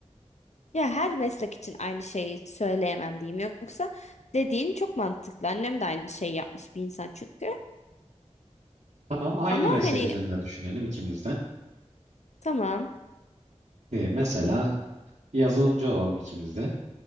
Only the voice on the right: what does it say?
Tamam aynı
meslek
üzerinde düşünelim ikimiz de.
E, mesela yazılımcı olalım ikimiz de.